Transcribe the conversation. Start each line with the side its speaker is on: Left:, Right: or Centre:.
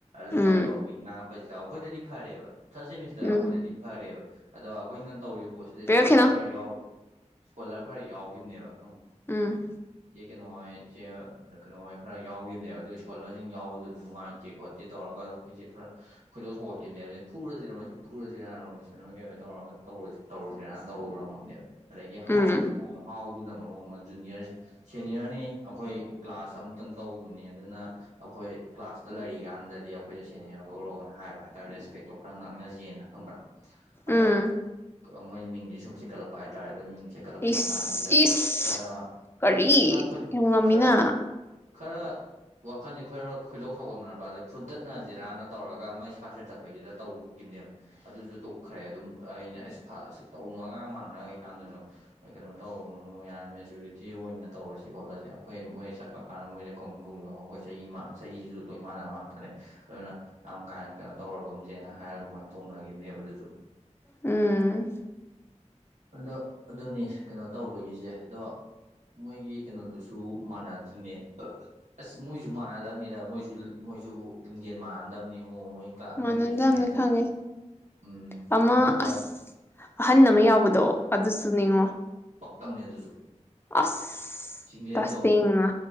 Right: ꯂꯣꯛꯗꯥꯎꯟ
Left: ꯎꯝ
Right: ꯇꯧꯔꯛꯄꯒꯤ ꯉꯥꯡꯉ ꯑꯣꯏꯁꯤꯔꯥ ꯑꯩꯈꯣꯏꯗꯗꯤ ꯐꯔꯦꯕ ꯊꯥꯔꯠ ꯁꯦꯃꯤꯁꯇꯔ
Left: ꯎꯝ
Right: ꯑꯩꯈꯣꯏꯗꯗꯤ ꯐꯔꯦꯕ ꯑꯗꯣ ꯑꯩꯈꯣꯏꯅ ꯇꯧꯔꯤꯕ ꯄꯣꯠꯁꯤꯗ ꯏꯁꯀꯣꯂꯔ
Left: ꯄꯤꯔꯛꯈꯤꯅꯣ
Right: ꯈꯔ ꯌꯥꯎ ꯏꯁꯀꯣꯂꯔ ꯈꯔ ꯌꯥꯎꯈꯤꯕꯅꯦꯕ
Left: ꯎꯝ
Right: ꯆꯦ ꯀꯩꯅꯣꯏ ꯆ ꯀꯩꯅꯣꯍꯣꯏ ꯈꯔ ꯌꯥꯎꯒꯤꯈꯤꯕꯅꯦꯕ ꯑꯗꯨꯣ ꯏꯁꯀꯣꯂꯔꯁꯤꯡ ꯌꯥꯎꯕꯗꯨ ꯅꯨꯡꯉꯥꯏꯇꯦ ꯈꯣꯠꯇꯦ ꯇꯧꯔꯒ ꯑꯗꯨ ꯑꯩꯈꯣꯏꯁꯦ ꯈꯔ ꯈꯣꯏꯗꯣꯛ ꯊꯣꯛꯦ ꯀꯅꯦ ꯐꯨꯔꯁꯤꯔ ꯃꯁꯤ ꯐꯨꯔꯁꯤꯔꯅ ꯔꯣꯕꯤꯁꯟ ꯀꯩꯣ ꯇꯧꯔꯒ ꯇꯧꯔ ꯇꯧꯔꯁꯤꯔꯅ ꯇꯧꯔꯝꯃꯕꯅꯦꯕ ꯑꯗꯒꯤ
Left: ꯎꯝ
Right: ꯍꯥꯎꯒꯤ ꯃꯇꯥꯡꯗ ꯍꯥꯎ ꯑꯗꯨꯅ ꯃꯔꯣꯡ ꯑꯃ ꯖꯨꯅꯤꯌꯔꯁꯦ ꯁꯦꯅꯤꯌꯔꯅꯤ ꯑꯩꯈꯣꯏ ꯀ꯭ꯂꯥꯁ ꯑꯃꯇꯪ ꯇꯧꯗꯕꯅꯤ ꯑꯗꯨꯅ ꯑꯩꯈꯣꯏ ꯀ꯭ꯂꯥꯁꯇ ꯂꯩꯔꯤꯀꯥꯟꯗꯗꯤ ꯑꯩꯈꯣꯏꯗ ꯁꯦꯅꯤꯌꯔꯒ ꯑꯣꯏꯔꯣꯅ ꯍꯥꯏꯕ ꯍꯥꯏꯔꯦ ꯇ ꯔꯦꯁꯄꯦꯛ ꯇꯣ ꯈꯔ ꯉꯥꯡꯅꯖꯦꯅ ꯈꯪꯕ꯭ꯔꯥ
Left: ꯎꯝ
Right: ꯑꯗꯣ ꯃꯣꯏꯅ ꯃꯤꯡꯁꯦ ꯁꯨꯝꯦꯀꯠꯂꯛꯄ ꯍꯥꯏꯇꯥꯔꯦ ꯑꯗꯨꯝ ꯃꯤꯡ ꯁꯦꯠꯀꯠꯂꯛꯄꯩ
Left: ꯏꯁ
Right: ꯃꯇꯥꯡꯁꯤꯗ
Left: ꯏꯁ
Right: ꯈꯔ
Left: ꯀꯔꯤ
Right: ꯈꯔ ꯑꯩꯈꯣꯏꯗ
Left: ꯍ ꯉꯝꯃꯤꯅ
Right: ꯈꯔ ꯈꯔ ꯋꯥꯈꯜꯁꯦ ꯈꯔ ꯈꯣꯏꯗꯧ ꯁꯥꯎꯒꯠꯅꯔꯛꯄꯁꯦ ꯐꯨꯗꯠꯅ ꯖꯤꯦꯔꯥꯅ ꯇꯧꯔꯒ ꯑꯃ ꯀꯥꯔꯁꯟ ꯆꯠꯄꯒꯤꯗꯨꯗ ꯇꯧꯈꯤꯕꯅꯦꯕ ꯑꯗꯨꯁꯨ ꯇꯣꯛꯈ꯭ꯔꯦ ꯑꯗꯨꯝ ꯑꯩꯅ ꯑꯁ ꯇꯧꯅꯨ ꯑꯉꯥꯡ ꯃꯥꯟꯅꯔ ꯀꯩꯀꯥꯟꯗꯅꯣ ꯀꯩꯅꯣ ꯇꯧꯅꯨ ꯌꯥꯔꯦ ꯃꯦꯖꯨꯔꯤꯇꯤ ꯑꯣꯏꯅ ꯇꯧꯔꯁꯤ ꯈꯣꯠꯂꯁꯤ ꯑꯩꯈꯣꯏ ꯃꯣꯏ ꯆꯠꯈ꯭ꯔ ꯀꯥꯟꯗ ꯃꯣꯏꯗ ꯀꯧꯅꯤꯡ ꯀꯧꯂꯒ ꯑꯩꯈꯣꯏ ꯆꯍꯤꯁꯨ ꯂꯣꯏ ꯃꯥꯟꯅ ꯃꯥꯟꯗꯅꯦ ꯑꯗꯨꯅ ꯌꯥꯝ ꯀꯥꯅ ꯀꯩꯅꯣ ꯇꯧꯔꯒꯨꯝꯁꯦꯅ ꯍꯥꯏꯔꯒ ꯑꯗꯨꯃꯥꯏꯅ ꯇꯧꯅꯈꯤꯕꯅꯦꯕ ꯑꯗꯨꯁꯨ
Left: ꯎꯝ
Right: ꯑꯗꯣ ꯑꯗꯨꯅꯤ ꯀꯩꯅꯣ ꯇꯧꯕꯒꯤꯁꯦ ꯑꯗꯣ ꯃꯣꯏꯒꯤ ꯀꯩꯅꯣꯗꯨꯁꯨ ꯃꯥꯟꯅꯗ꯭ꯔꯤꯅꯦ ꯑꯁ ꯃꯣꯏꯁꯨ ꯃꯥꯟꯅꯗꯕꯅꯤꯗ ꯃꯣꯏꯁꯨ ꯃꯣꯏꯁꯨ ꯂꯤꯡꯖꯦꯜ ꯃꯥꯟꯅꯗꯕꯅꯤ ꯃꯑꯣꯡ ꯃꯣꯏ ꯃꯣꯏꯒꯤꯁꯨ
Left: ꯃꯥꯟꯅꯗꯕꯅꯦ
Right: ꯍꯦꯟꯅ
Left: ꯈꯪꯉꯦ
Right: ꯎꯝ
Left: ꯑꯃ
Right: ꯃꯣꯏ ꯈꯔ
Left: ꯑꯁ ꯑꯍꯟ ꯑꯃ ꯌꯥꯎꯕꯗꯣ ꯑꯗꯨꯁꯨ ꯅꯤꯡꯅꯤꯉꯣ
Right: ꯄꯛꯇꯕꯅꯦ ꯑꯗꯨꯁꯨ
Left: ꯑꯁ
Right: ꯆꯤꯡꯂꯦꯝꯗꯣ
Left: ꯇꯁꯦꯡꯅ